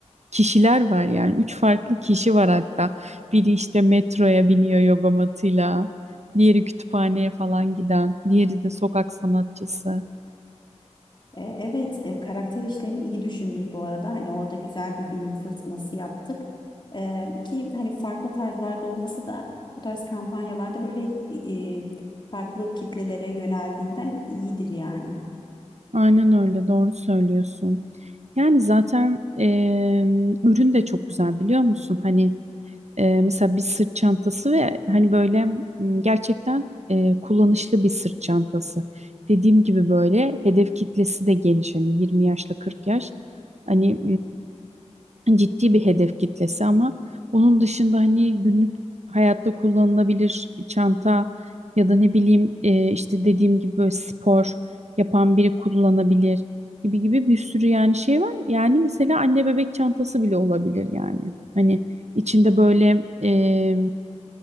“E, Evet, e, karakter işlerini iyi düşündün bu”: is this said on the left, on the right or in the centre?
Left